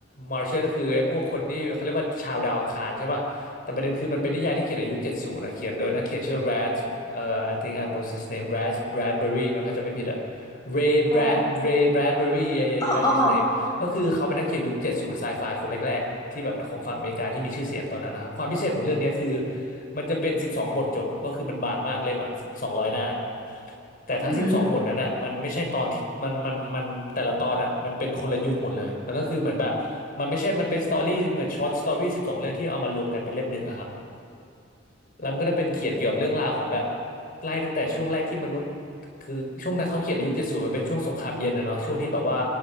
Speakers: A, on the left; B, on the left.
A: Martian ก็คือไอ้พวกคนที่เขาเรียกว่าชาวดาวอังคารใช่ป่ะแต่ประเด็นคือมันเป็นนิยายที่เขียนในยุค70นะเขียนโดยนักเขียนชื่อ Brad เอ่อ I think I was his name Brad Bradbury มั้งถ้าจำไม่ผิดอะ Ray
B: อ๋อ
A: Brad Ray Bradbury yeah yeah
B: เออเออ
A: yeah that's his name ก็คือเขาเป็นนักเขียนยุคเจ็ดสูนไซไฟคนแรกๆที่แบบของฝั่งอเมริกาที่มีชื่อเสียงตอนนั้นนะครับความพิเศษของเรื่องนี้คือมันจะเป็นสิบสองบทจบก็คือมันบางมากเล่มอ่ะสองร้อยหน้าแต่ทั้งสิบสองบทนั้นอ่ะมันไม่ใช่ตอนที่มันมันมันแต่ละตอนอ่ะมันเป็นคนละยุคหมดเลยมันก็คือเหมือนแบบมันไม่ใช่มันเป็นสตอรี่เหมือนช็อตสตอรี่สิบสองเรื่องที่เอามารวมกันเป็นเล่มหนึ่งอะครับ
B: อืม
A: แล้วมันก็ได้เป็นเขียนเกี่ยวกับเรื่องราวของแบบไล่ตั้งแต่ช่วงแรกที่มนุษย์คือช่วงนั้นเขาเขียนในยุคเจ็ดศูนย์มันเป็นช่วงสงครามเย็นนะเนาะช่วงที่แบบว่า